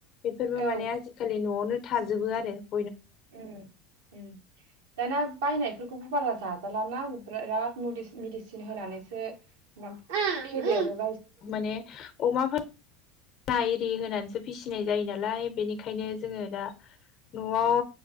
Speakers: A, on the left; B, on the right.
A: बेफोरबो
B: औ
A: माने आजिखालि न'आवनो थाजोबो आरो द
B: उम उम दाना बायनाय फोरखौबो बारा जाजालााना बि-बिराद मेदिसिन होनानैसो फेदेरो
A: माने अमाफोर ना एरि होनानैसो फिसिनाय जायो नालाय बेनिखायनो जोङो दा न'आव